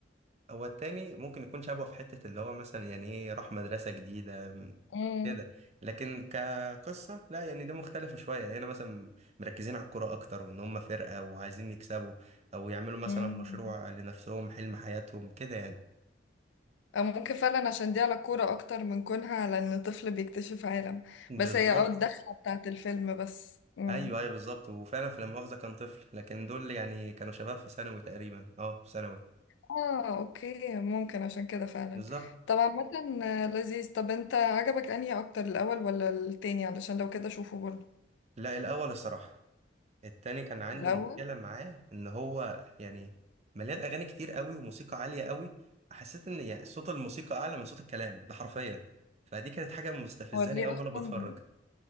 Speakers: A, on the right; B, on the left.
A: هو التاني ممكن يكون شبهه في حتة اللي هو مثلا يعني ايه راح مدرسة جديدة م،
B: مم.
A: كده لكن كقصة لا يعني ده مختلفة شوية هنا مثلا مركزين على الكورة أكتر وإن هم فرقة وعايزين يكسبوا أو يعملوا مثلا
B: مم.
A: مشروع لنفسهم حلم حياتهم كده يعني
B: او ممكن فعلا عشان دي على الكورة اكتر من كونها على ان طفل بيكتشف عالم
A: بالظبط
B: بس هي اه الدخلة بتاعت الفيلم بس مم.
A: ايوه ايوه بالظبط وفعلا في لا مؤاخذة كان طفل لكن دول يعني كانوا شباب في ثانوي تقريبا اه في ثانوي
B: اه اوكي ممكن عشان كده فعلا
A: بالظبط
B: طبعا مثلا لذيذ طب انت عجبك انهي اكتر الاول ولا التاني علشان لو كده شوفه برضه
A: لا الاول الصراحة التاني كان عندي
B: الاول
A: مشكلة معاه ان هو يعني مليان اغاني كتير قوي وموسيقى عالية قوي حسيت ان يعني صوت الموسيقى اعلى من صوت الكلام ده حرفيا فدي كانت حاجة مستفزاني
B: هو ليه
A: قوي
B: اصلا
A: وانا بتفرج